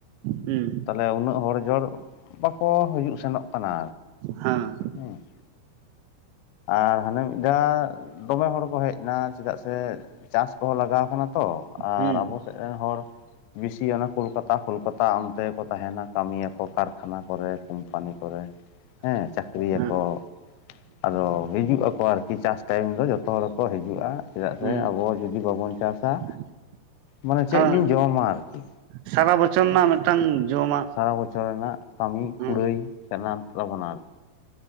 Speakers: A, on the right (about 85°); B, on the left (about 85°).
A: ᱦᱩᱸ᱾
B: ᱛᱟᱦᱞᱮ ᱩᱱᱟᱹᱜ ᱦᱚᱲ ᱡᱚᱲ ᱵᱟᱠᱚ ᱦᱤᱡᱩᱜ ᱥᱮᱱᱚᱜ ᱠᱟᱱᱟ᱾
A: ᱦᱟᱸ᱾
B: ᱦᱮᱸ <inaudible> ᱟᱨ ᱦᱟᱱᱮ ᱢᱤᱫ ᱫᱷᱟ ᱫᱚᱢᱮ ᱦᱚᱲ ᱠᱚ ᱦᱮᱡ ᱮᱱᱟ, ᱪᱮᱫᱟᱜ ᱥᱮ ᱪᱟᱥ ᱠᱚ ᱦᱚᱸ ᱞᱟᱜᱟᱣ ᱟᱠᱟᱱᱟᱼᱼ ᱛᱚ ᱟᱨ
A: ᱦᱩᱸ
B: ᱟᱵᱚᱼᱼ ᱥᱮᱫ ᱨᱮᱱ ᱦᱚᱲ ᱵᱤᱥᱤ ᱚᱱᱟ ᱠᱳᱞᱠᱟᱛᱟ, ᱠᱳᱞᱠᱟᱛᱟ ᱚᱱᱛᱮ ᱜᱮ ᱠᱚ ᱛᱟᱦᱮᱱᱟ ᱠᱟᱹᱢᱤᱭᱟ <inaudible> ᱼᱼ ᱠᱚ ᱠᱟᱨᱠᱷᱟᱱᱟ ᱠᱚ ᱨᱮ ᱠᱳᱢᱯᱟᱱᱤ ᱠᱚ ᱨᱮ ᱦᱮᱸ ᱪᱟᱹᱠᱨᱤᱭᱟ
A: ᱦᱮᱸ
B: ᱠᱚᱼᱼ ᱟᱫᱚ ᱦᱤᱡᱩᱜ ᱟᱠᱚ ᱟᱨᱠᱤ ᱪᱟᱥ ᱴᱟᱭᱤᱢ ᱫᱚ ᱡᱚᱛᱚ ᱦᱚᱲ ᱠᱚ ᱦᱤᱡᱩᱜᱼᱟ, ᱪᱮᱫᱟᱜ ᱥᱮ
A: ᱦᱩᱸ
B: ᱟᱵᱚ ᱡᱩᱫᱤ ᱵᱟᱵᱚᱱ ᱪᱟᱥᱟᱼᱼ
A: <inaudible>
B: ᱢᱟᱱᱮ ᱪᱮᱜ
A: ᱦᱳᱭ
B: ᱵᱤᱱ ᱡᱚᱢᱟ ᱟᱨᱠᱤ
A: ᱥᱟᱨᱟ ᱵᱚᱪᱷᱚᱨ ᱨᱮᱱᱟᱜ
B: <inaudible>
A: ᱢᱤᱫᱴᱟᱝ ᱡᱚᱢᱟᱜ
B: ᱥᱟᱨᱟ ᱵᱚᱪᱷᱚᱨ ᱨᱮᱱᱟᱜ᱾ ᱠᱟᱹᱢᱤ
A: ᱦᱮᱸ
B: ᱠᱩᱲᱟᱹᱭ ᱠᱟᱱᱟ ᱛᱟᱵᱚᱱᱟ ᱟᱨ <unintelligible> ᱼᱼ